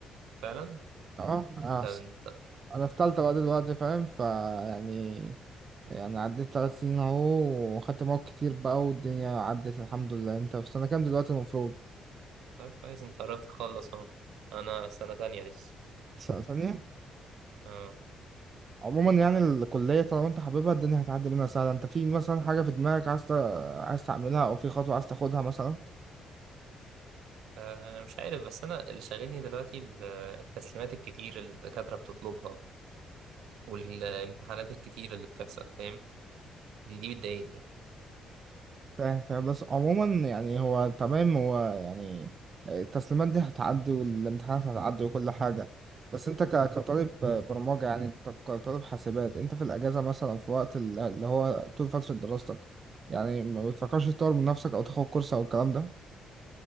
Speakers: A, on the right; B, on the right.
A: فعلا
B: اه آه،
A: طب انت
B: انا في تالتة بقى دلوقتي فاهم فا يعني يعني عديت تلات سنين اهو وخدت مواد كتير بقى والدنيا عدت الحمد لله انت في سنة كام دلوقتي المفروض؟
A: طب كويس انت قربت تخلص اهو انا سنه تانية لسه
B: سنة تانية؟
A: اه
B: عموما يعني الكلية طالما انت حاببها الدنيا هتعدي منها سهلة انت في مثلا حاجة في دماغك عايز ت- عايز تعملها او في خطوة عايز تاخدها مثلا
A: آه، مش عارف بس انا اللي شاغلني دلوقتي ال- التسليمات الكتير اللي الدكاتره بتطلبها والامتحانات الكتير اللي بتحصل فاهم دي دي بتضايقني يعني.
B: فاهم فاهم بس عموما يعني هو تمام هو يعني التسليمات دي هتعدي والامتحانات هتعدي وكل حاجة بس انت ك- كطالب برمجة يعني ك- كطالب حاسبات انت في الاجازة مثلا أو في وقت ال- اللي هو طول فترة دراستك يعني ما بتفكرش تطور من نفسك او تاخد كورس او الكلام ده